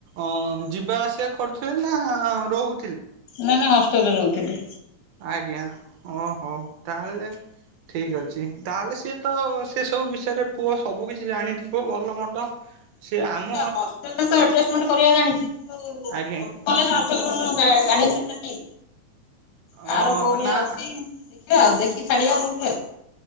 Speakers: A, on the right (about 70°); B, on the left (about 70°).
A: ଅ ଯିବା ଆସିବା କରୁଥୁଲେ ନାଁ ରହୁ
B: ନାଇଁ ନାଇଁ ହଷ୍ଟେଲ୍ ରେ ରହୁଥୁଲେ।
A: ଆଜ୍ଞା ଓହୋ ତାହେଲେ ଠିକ୍ ଅଛି ତାହେଲେ ସିଏ ତ ସେ ସବୁ ବିଷୟରେ ପୁଅ ସବୁ କିଛି ଜାଣିଥିବ ଭଲ ମନ୍ଦ। ସିଏ ଆମ
B: ଏ ହଷ୍ଟେଲ୍ ରେ ତ ଏଡ଼ଜଷ୍ଟମେଣ୍ଟ୍ କରିବା ଜାଣିଚି କିନ୍ତୁ
A: ଆଜ୍ଞା
B: ସବୁ କଲେଜ ହଷ୍ଟେଲ୍ <unintelligible> ଗା ଗାଡି଼ଆନସିପ୍ ଟା ହି କାର
A: ଅ
B: କୋଉ ଭଳିଆ
A: ନା
B: ଅଛି ଦେଖିବା ଆଉ ଦେଖି ଛାଡ଼ିବା କୋଉଠି ଆଉ।